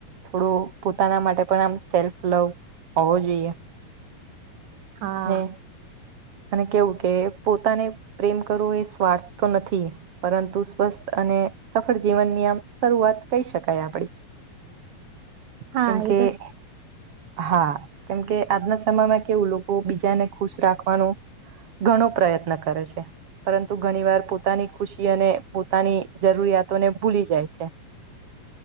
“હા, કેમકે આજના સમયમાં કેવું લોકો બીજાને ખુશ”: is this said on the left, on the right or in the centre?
Right